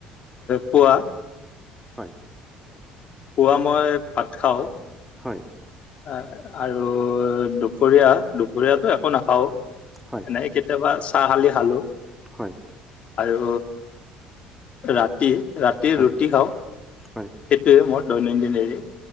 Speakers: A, on the left; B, in the centre.
A: পুৱা
B: হয়
A: পুৱা মই ভাত খাও
B: হয়।
A: আৰু দুপৰীয়া দুপৰীয়াটো একো নাখাওৱে
B: হয়
A: এনে কেতিয়াবা চাহ কালি খালোঁ
B: হয়
A: আৰু ৰাতি ৰাতি
B: হয়
A: ৰুটি খাওঁ সেইটোৱে
B: হয়
A: মোৰ দৈনন্দিন সেৰি